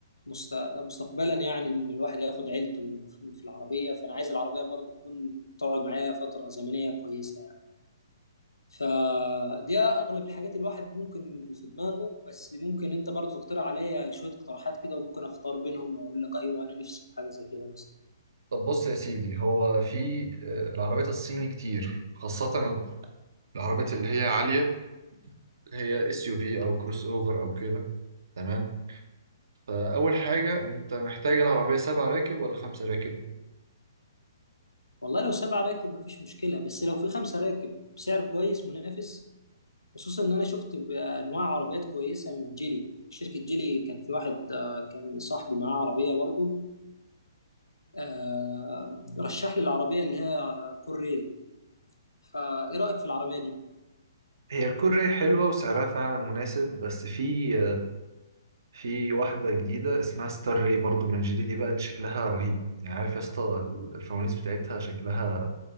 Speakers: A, on the left; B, on the right.
A: مست... مستقبلا يعني ان الواحد ياخد عيلته في العربيه فانا عايز العربيه برضو تكون تقعد معايا فتره زمنيه كويسه يعني فدي اغلب الحاجات الواحد ممكن في دماغه بس ممكن انت برضو تقترح عليا شويه اقتراحات كده وممكن اختار بينهم واقول لك ايوه انا نفسي في حاجه زي كده مثلا
B: طب بص يا سيدي هو في آه، العربيات الصيني كتير خاصة العربيات اللي هي عالية اللي هي اس يو في او كروس اوفر او كده تمام فأول حاجة انت محتاج العربية سبع راكب ولا خمسة راكب
A: والله لو سبع راكب مفيش مشكله بس لو في خمسه راكب بسعر كويس منافس خصوصا ان انا شفت انواع عربيات كويسه من جيلي شركه جيلي كان في واحد آه، كان صاحبي معاه عربيه برضو آه رشح لي العربية اللي هي كوري فإيه رأيك في العربية دي؟
B: هي الكوري حلوة وسعرها فعلا مناسب بس في في واحدة جديدة اسمها ستار راي برضو من جيلي دي بقى اللي شكلها رهيب يعني عارف يا اسطى الفوانيس بتاعتها شكلها